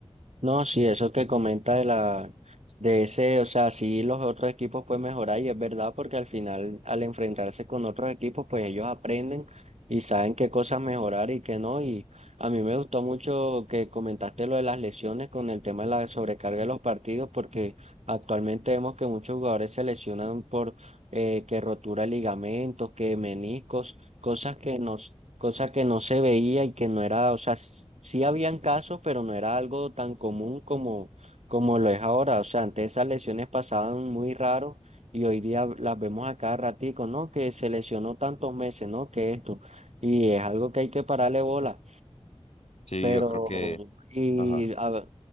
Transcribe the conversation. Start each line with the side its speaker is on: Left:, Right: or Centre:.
Right: No, sí, eso que comenta de la, de ese, o sea, sí los otros equipos pueden mejorar y es verdad porque al final al enfrentarse con otros equipos pues ellos aprenden y saben qué cosas mejorar y qué no y a mí me gustó mucho que comentaste lo de las lesiones con el tema de la sobrecarga de los partidos porque actualmente vemos que muchos jugadores se lesionan por eh, que rotura de ligamentos, que meniscos, cosas que nos cosa que no se veía y que no era, o sea, s- sí habían casos, pero no era algo tan común como, como lo es ahora. O sea, antes esas lesiones pasaban muy raro y hoy día las vemos a cada ratico, ¿no? Que se lesionó tantos meses, ¿no? Que esto. Y es algo que hay que pararle bola.
Left: Sí,
Right: Pero,
Left: yo creo que,
Right: y
Left: ajá.
Right: a, ver,